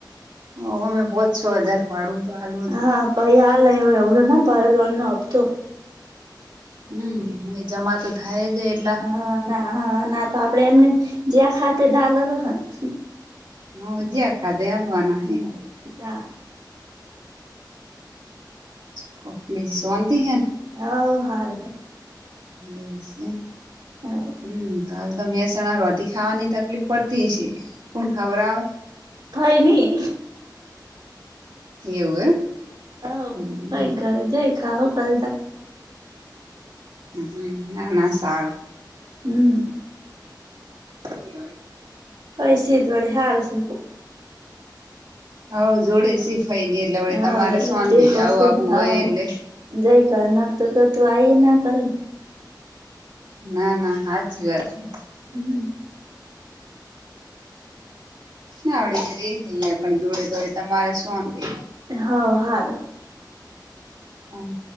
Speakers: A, on the right; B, on the right.
A: ઓ અમે પોચ છો હજાર વાળું તો આલું
B: હા પાઈ હ એવુંલો ના પરા લોન નો હફતો
A: હમ્મ એ જમા તો થાય જાય એટલા
B: હ ના હ ના તો આપડે એમને જ્યાં ખાતે <unintelligible>
A: હમ્મ ઉજ્યાખાદે આલ્વાના હે
B: તાર
A: કો બીજી શાંતિ હેન
B: હઓ હારુ હે
A: ગેસ <unintelligible>
B: હવ
A: હમ્મ તો હાલ તો મેસણા રોટી ખાવાની તકલીફ પડતી હશે કોણ ખવરાવ
B: ભઈ ન ઈ
A: એવું એમ
B: હ
A: હમ
B: ભઈ ઘરે જાય ખાવુ કરતા
A: હમ્મ ના ના સારું.
B: હમ્મ.
A: <inaudible>
B: પૈસા એ વળી હારુ શકું
A: હા જોડે સિફાઈ ની એટલે વળી
B: હવ
A: તમારે
B: એટલે
A: શોનથી
B: ટેકો
A: જ આવું
B: છે
A: આવું
B: હવ
A: હોય એટલે
B: જઈ કર નાખ તું કે તું આઈ ના કર
A: ના ના સાચી વાત હે
B: હમ્મ.
A: હા વડી <unintelligible> જોડે જોડે તમારે શાંતિ હે
B: હઓ હારુ
A: હા.